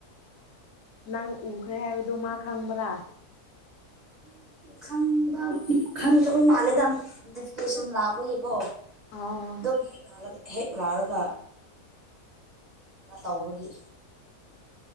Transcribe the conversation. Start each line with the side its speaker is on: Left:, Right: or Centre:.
Left: ꯅꯪ ꯎꯈ꯭ꯔꯦ ꯍꯥꯏꯕꯗꯣ ꯃꯥ ꯈꯪꯕ꯭ꯔꯥ
Right: ꯈꯪꯕ ꯈꯪꯗꯕ ꯃꯥꯜꯂꯦꯗ ꯗꯤꯐꯤꯀꯦꯁꯟ ꯂꯥꯛꯄꯒꯤꯀꯣ
Left: ꯑꯥ
Right: ꯍ ꯍ ꯂꯥꯛꯔꯒ ꯇꯧꯕꯒꯤ